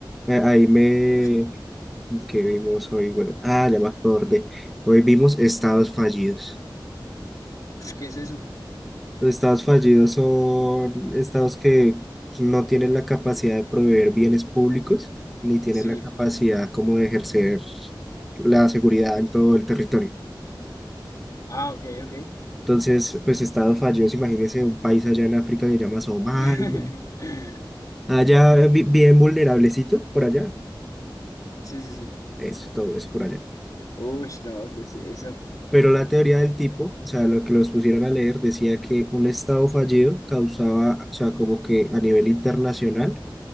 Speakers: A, in the centre; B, on the left.
A: A- Ahí me...
B: Ush,
A: ¿Qué vimos hoy? Bueno, ah, ya me acordé. Hoy vimos estados fallidos.
B: ush, ¿qué es eso?
A: Los estados fallidos son estados que no tienen la capacidad de proveer bienes públicos, ni tienen
B: Sí.
A: la capacidad como de ejercer la seguridad en todo el territorio.
B: Ah, ok, ok.
A: Entonces, pues estados fallidos, imagínense un país allá en África que se llama Somalia,
B: <laughs>
A: allá eh, bi- bien vulnerablecito por allá.
B: Sí, sí, sí.
A: Eso, todo eso por allá.
B: Uy, no, ¿qué es eso?
A: Pero la teoría del tipo, o sea, lo que los pusieron a leer, decía que un Estado fallido causaba, o sea, como que a nivel internacional,